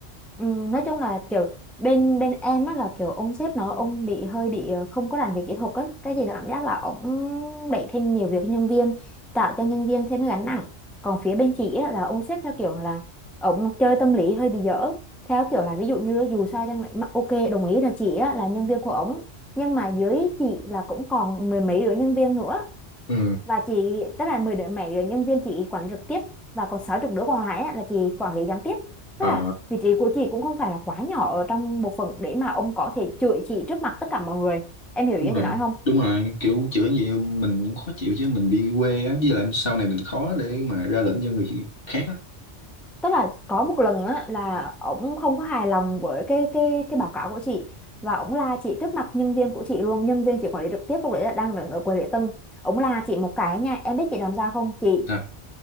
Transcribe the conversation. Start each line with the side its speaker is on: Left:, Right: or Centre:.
Centre: Ừ, nói chung là kiểu bên bên em á là kiểu ông sếp nó ông bị hơi bị ờ, không có rành về kỹ thuật á cái gì là cảm giác là ông đẩy thêm nhiều việc cho nhân viên tạo cho nhân viên thêm cái gánh nặng còn phía bên chị á, là ông sếp theo kiểu là ông chơi tâm lý hơi bị dở theo kiểu là ví dụ như dù sao chăng nữa mà ok đồng ý là chị á, là nhân viên của ổng nhưng mà dưới chị là cũng còn mười mấy đứa nhân viên nữa
Left: ừ
Centre: và chị tức là 10 đứa mấy đứa nhân viên chị quản lý trực tiếp và còn sáu chục đứa còn lại á, là chị quản lý gián tiếp
Left: ờ
Centre: tức là vị trí của chị cũng không phải là quá nhỏ ở trong bộ phận để mà ông có thể chửi chị trước mặt tất cả mọi người em hiểu
Left: đúng
Centre: ý
Left: rồi
Centre: chị nói không
Left: đúng rồi kiểu chữa gì mình cũng khó chịu chứ mình đi quê á với lại sau này mình khó để mà ra lệnh cho người khác á
Centre: tức là có một lần á, là ổng không có hài lòng với cái cái cái báo cáo của chị và ổng la chị trước mặt nhân viên của chị luôn nhân viên chị quản lý trực tiếp lúc đấy là đang đứng ở quầy lễ tân ổng la chị một cái nha em biết chị làm sao không chị
Left: Sao?